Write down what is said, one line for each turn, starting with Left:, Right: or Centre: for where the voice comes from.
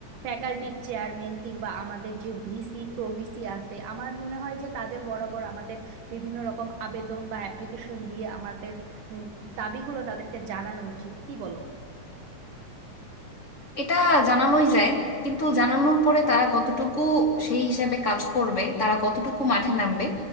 Right: ফ্যাকাল্টির চেয়ারম্যান কিংবা আমাদের যে ভিসি প্রভিসি আছে আমার মনে হয় যে তাদের বরাবর আমাদের বিভিন্ন রকম আবেদন বা অ্যাপ্লিকেশন দিয়ে আমাদের উম, দাবিগুলো তাদেরকে জানানো উচিত কি বলো
Left: এটা জানানোই যায় কিন্তু জানানোর পরে তারা কতটুকু সেই হিসাবে কাজ করবে তারা কতটুকু মাঠে নামবে